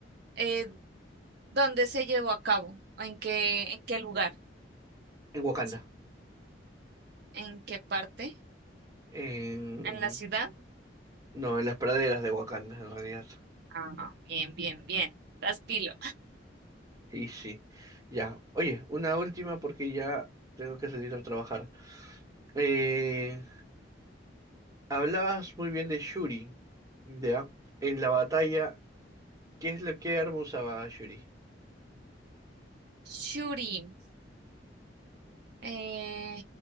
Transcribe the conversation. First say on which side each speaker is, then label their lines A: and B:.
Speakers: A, on the right; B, on the right.
A: eh, ¿dónde se llevó a cabo? ¿O ¿En qué, en qué lugar?
B: En Wakanda.
A: Sí. ¿En qué parte?
B: En...
A: ¿En la ciudad?
B: No, en las praderas de Wakanda, en realidad.
A: Ah, bien, bien, bien. Estás pilo.
B: Sí, sí. Ya. Oye, una última porque ya tengo que salir a trabajar. Eh, hablabas muy bien de Shuri, ¿ya? En la batalla, ¿qué es lo que arma usaba Shuri?
A: Shuri. eh,